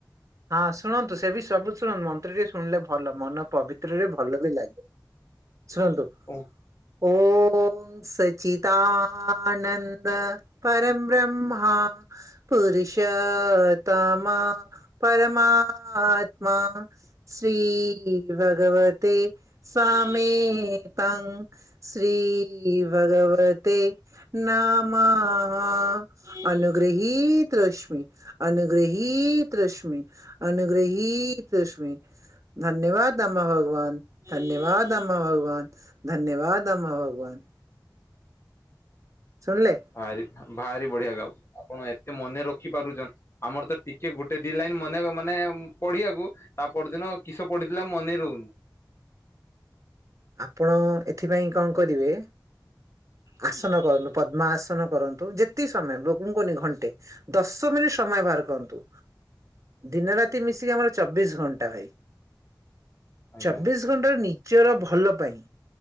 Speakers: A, on the right (about 45°); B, on the left (about 35°).
A: ହଁ ଶୁଣନ୍ତୁ ସେ ବି ସବୁ ଶୁଣନ୍ତୁ ମନ୍ତ୍ରଟି ଶୁଣିଲେ ଭଲ ମନ ପବିତ୍ରରେ ଭଲ ବି ଲାଗେ ଶୁଣନ୍ତୁ।
B: ଓଁ।
A: ଓଁ ସଚିତାନନ୍ଦ ପରମବ୍ରହ୍ମା ପୁରୁଷୋତମ। ପରମାତ୍ମା ଶ୍ରୀ ଭଗବତେ ସ୍ଵାମେ ତାଙ୍ଗ ଶ୍ରୀ ଭଗବତେ ନମଃ ଅନୁଗୃହୀ ତସ୍ମେ। ଅନୁଗ୍ରହୀ ତସ୍ମେ ଅନୁଗ୍ରହୀତ ତସ୍ମେ। ଧନ୍ୟବାଦ ଆମା ଭଗବାନ ଧନ୍ୟବାଦ ଆମା ଭଗବାନ। ଧନ୍ୟବାଦ ଆମା ଭଗବାନ। ଶୁଣିଲେ?
B: ଭାରି ଆ ଭାରି ବଢିଆ ଗାଉ ଆପଣ ଏତେ ମନେ ରଖି ପାରୁଚନ୍ତି। ଆମର ତ ଟିକେ ଗୋଟେ ଦି ଲାଇନ ମନେ ମାନେ ପଡିବାକୁ ତା ପରଦିନ କିସ ପଢିଥିଲା ମନେ ରହୁନି?
A: ଆପଣ ଏଥିପାଇଁ କଣ କରିବେ? ଆସନ କରନ୍ତୁ ପଦ୍ମା ଆସନ କରନ୍ତୁ ଯେତିକି ସମୟ ମୁଁ କଣ କରୁନି ଘଣ୍ଟେ। ଦଶ ମିନିଟ ସମୟ ବାହାର କରନ୍ତୁ। ଦିନରାତି ମିଶିକି ଆମର ଚବିଶ ଘଣ୍ଟା ଭାଇ।
B: ଆଜ୍ଞା
A: ଚବିଶ ଘଣ୍ଟାରେ ନିଜର ଭଲ ପାଇଁ